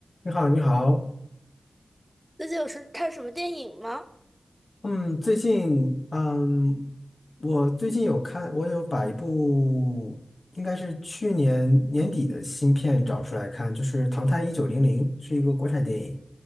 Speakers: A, on the left (about 50°); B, in the centre.
A: 你好，你好，
B: 最近有什看什么电影吗？
A: 嗯，最近，嗯，我最近有看，我有把一部应该是去年年底的新片找出来看，就是《唐探一九零零》，是一个国产电影，